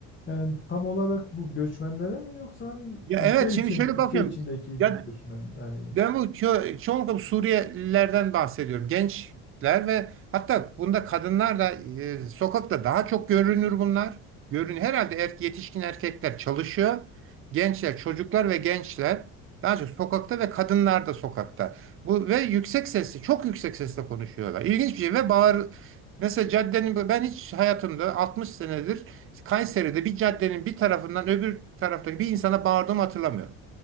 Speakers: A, on the left (about 30°); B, on the right (about 35°).
A: Yani tam olarak bu göçmenlere mi yoksa hani ülke
B: Ya evet
A: için
B: şimdi şöyle
A: ülke
B: bakıyorum.
A: içindeki
B: Ya
A: göçmen yani
B: Ben bu ço- çoğunlukla bu Suriyelilerden bahsediyorum. Gençler ve hatta bunda kadınlar da e, sokakta daha çok görünür bunlar. Görün herhalde er, yetişkin erkekler çalışıyor. Gençler, çocuklar ve gençler daha çok sokakta ve kadınlar da sokakta. Bu ve yüksek sesli, çok yüksek sesle konuşuyorlar. İlginç bir şey ve bağır Mesela caddenin bu- ben hiç hayatımda 60 senedir Kayseri'de bir caddenin bir tarafından öbür taraftaki bir insana bağırdığımı hatırlamıyorum.